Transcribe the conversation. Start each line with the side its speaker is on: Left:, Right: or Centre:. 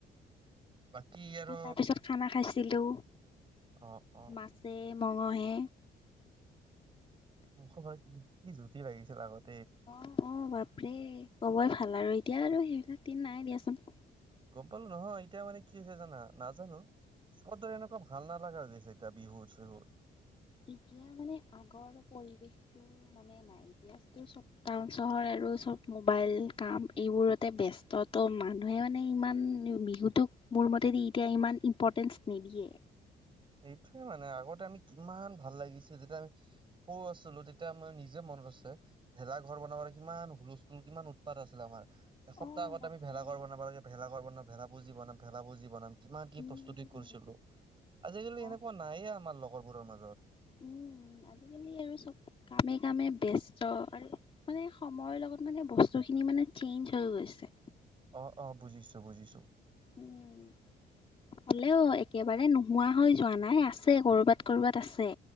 Right: বাকী আৰু
Left: তাৰ পিছত খানা খাইছ ছিলো
Right: অ অ
Left: মাছে মঙহে।
Right: মুখবাৰ কি কি জুতি লাগিছিল আগত।
Left: অ', অ', বাপৰে ক'বই ভাল আৰু এতিয়া আৰু সেইবিলাক দিন নাই দিয়াচোন।
Right: গম পালোঁ নহয় এতিয়া মানে কি হৈছে জানা নাজানো <unintelligible> এনেকুৱা ভাল নালাগা হৈ গৈছে এতিয়া বিহুত চহুত।
Left: এতিয়া মানে আগৰ পৰিৱেশটো মানে নাই এতিয়াটো চব টাউন চহৰ আৰু চব মোবাইল কাম এইবোৰতে ব্যস্তটো মানুহে মানে ইমান বিহুটোক মোৰ মতেদি এতিয়া ইমান ইম্পৰ্টেঞ্চ নিদিয়ে।
Right: এইটোৱে মানে আগতে আমি কিমান ভাল লাগিছে যেতিয়া আমি সৰু আছিলোঁ তেতিয়া আমি নিজে ম নত আছে ভেলা ঘৰ বনাবৰ কিমান হুলস্থুল কিমান উৎপাত আছিলে আমাৰ। এসপ্তাহ
Left: অ
Right: আগত
Left: বাপৰে
Right: আমি ভেলাঘৰ বনাব লাগে, ভেলাৰ বনাম, ভেলা পুজি বানম, ভেলা পুজি বনাম। কিমান কি
Left: উম
Right: প্ৰস্তুতি কৰিছিলোঁ আজিকালি
Left: হয়
Right: এনেকুৱা নায়ে আমাৰ লগৰবোৰৰ মাজত। <inaudible>
Left: উম আজিকালি আৰু চব কামে কামে ব্যস্ত আৰু মানে সময়ৰ লগত মানে বস্তু খিনি মানে চেঞ্জ হৈ গৈছে।
Right: অ', অ', বুজিছোঁ, বুজিছোঁ।
Left: উম, হ'লেও একেবাৰে নোহ হোৱা হৈ যোৱা নাই, আছে কৰ'বাত কৰ'বাত আছ